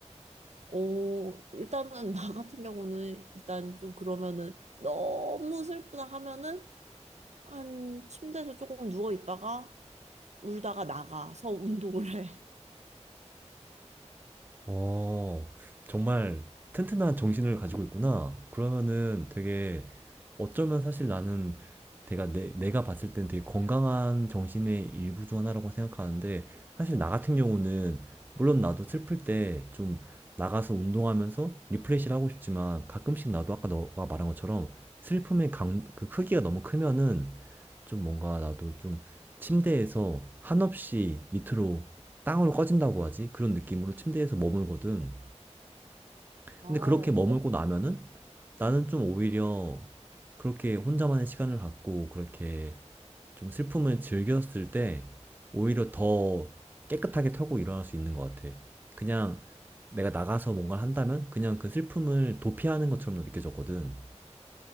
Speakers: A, on the right; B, on the right.
A: 어, 일단은 <laughs> 나 같은 경우는 일단 좀 그러면은 너무 슬프다 하면은 한 침대에서 조금 누워 있다가 울다가 나가서 운동을 해.
B: 어, 정말 튼튼한 정신을 가지고 있구나. 그러면은 되게 어쩌면 사실 나는 내가 내, 내가 봤을 땐 되게 건강한 정신의 일부 중 하나라고 생각하는데 사실 나 같은 경우는 물론 나도 슬플 때 좀 나가서 운동하면서 리프레시를 하고 싶지만 가끔씩 나도 아까 너가 말한 것처럼 슬픔의 강, 그 크기가 너무 크면은 좀 뭔가 나도 좀 침대에서 한없이 밑으로 땅으로 꺼진다고 하지? 그런 느낌으로 침대에서 머물거든.
A: 아,
B: 근데
A: 어,
B: 그렇게 머물고 나면은 나는 좀 오히려 그렇게 혼자만의 시간을 갖고 그렇게 좀 슬픔을 즐겼을 때 오히려 더 깨끗하게 털고 일어날 수 있는 것 같아. 그냥 내가 나가서 뭔가를 한다면 그냥 그 슬픔을 도피하는 것처럼 느껴졌거든.